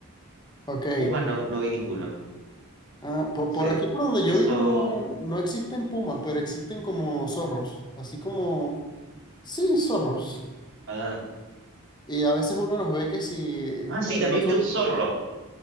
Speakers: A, on the left; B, on the right.
A: Ok.
B: Pumas no, no vi ninguno.
A: Ah, po-
B: Sí,
A: por, aquí por donde yo
B: eso.
A: vivo no, no existen pumas, pero existen como zorros. Así como, sí, zorros.
B: Ah.
A: Y a veces uno los ve que si,
B: Ah, sí,
A: claro,
B: también
A: no son,
B: vi un zorro.